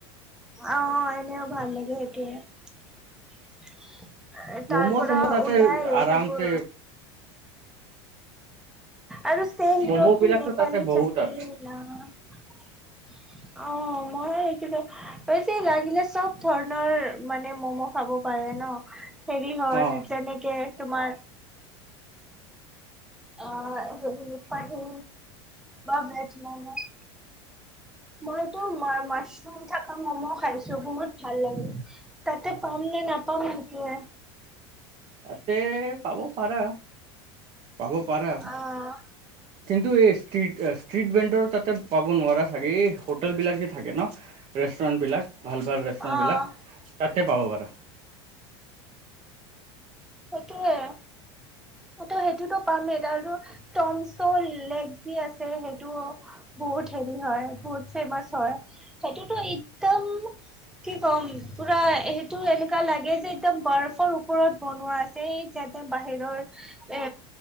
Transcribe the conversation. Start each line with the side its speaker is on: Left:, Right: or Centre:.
Centre: অ' এনেও ভাল লাগে সেইটোৱে।
Right: ম'ম'
Centre: তাৰ পৰা
Right: চম' তাতে
Centre: ওলাই
Right: আৰামছে
Centre: সেইবোৰ। আৰু চেল
Right: ম'ম'
Centre: ৰুটি
Right: বিলাকতো
Centre: নেপালী
Right: তাতে বহুত
Centre: চাটনি।
Right: আছে
Centre: অ' মই সখিলো এই যে লাগিলে চব ধৰণৰ মানে মম' খাব। পাৰে ন হেৰি হ'ল
Right: অ
Centre: যেনেকে তোমাৰ। অ' হেৰি ব ভেজ মম মইতো মাছৰুম থকা মম' খাইছো। বহুত ভাল লাগে তাতে পাম নে? নাপাম সেইটোৱে।
Right: তাতে পাব পাৰা পাব পাৰা।
Centre: আহ
Right: কিন্তু এই ষ্ট্ৰিট। ষ্ট্ৰিট বেণ্ডৰ তাতে পাব নোৱাৰা চাগেই। হোটেলবিলাক যে থাকে ন ৰেষ্টুৰেণ্টবিলাক ভাল। ৰেষ্টুৰেণ্টবিলাক
Centre: আহ
Right: তাতে পাব পাৰা।
Centre: সেইটোৱে ত' সেইটোতো পামেই তাৰো টমচৰ লেগ যি আছে সেইটো। বহুত হেৰি হয় বহুত ফেমাচ হয় সেইটোতো একদম কি ক'ম। পুৰা সেইটো এনেকুৱা লাগে যে একদম বৰফৰ ওপৰত বনোৱা আছে যাতে বাহিৰৰ এ